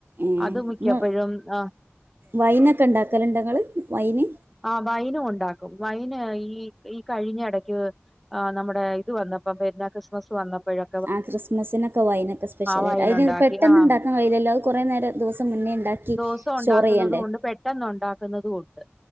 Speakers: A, on the right; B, in the centre.
A: ഏഹ്
B: അത് മിക്കപ്പോഴും
A: ഇങ്ങ
B: ആ
A: വൈനൊക്കെ ഉണ്ടാക്കലുണ്ടങ്ങള് വൈന്
B: ആ വൈനും ഉണ്ടാക്കും വൈന് ഈ ഈ കഴിഞ്ഞ ഇടയ്ക്ക് ആ നമ്മ ഇത് വന്നപ്പോ പെരന്ന ക്രിസ്മസ് വന്നപ്പോഴൊ
A: ആ ക്രിസ്മസിനൊക്കെ വൈന് നൊക്കെ സ്പെഷ്യലായി
B: വൈൻ
A: അയിന്
B: ഉണ്ടാക്കി
A: പെട്ടന്ന്
B: ആഹ്
A: ഉണ്ടാക്കാൻ കഴയില്ലല്ലോ അത് കുറെേ നേരം ദിവസം മുന്നേ ഉണ്ടാക്കി
B: ദസം ഉണ്ടാക്കുന്നതും
A: സ്റ്റോർ ചെയ്യണ്ടേ
B: ഉണ്ട് പെട്ടെന്ന് ഉണ്ടാക്കുന്നതും ഉണ്ട്